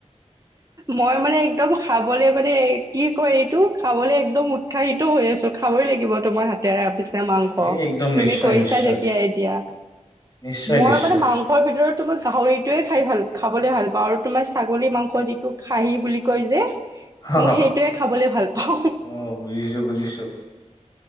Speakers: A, on the right; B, on the left.
A: মই মানে একদম খাবলে মানে, কি কয় এইটো খাবলে একদম উৎসাহিত হৈ আছো। খাবই লাগিব তোমাৰ হাতেৰে আপিছ। এ মাংস,
B: এই একদম
A: তুমি
B: নিশ্চয়
A: কইছা
B: নিশ্চয়
A: যেতিয়া এতিয়া,
B: নিশ্চয়
A: মই
B: নিশ্চয়
A: মানে মাংসৰ ভিতৰত তোমাৰ গাহৰিটোৱে খাই ভাল, খাবলৈ ভাল পাওঁ আৰু তোমাৰ ছাগলী মাংস স যিটোক খাহি বুলি কয় যে।
B: অ
A: মই সেইটোয়ে খাবলে ভাল পাওঁ।
B: অ বুজিছো বুজিছো।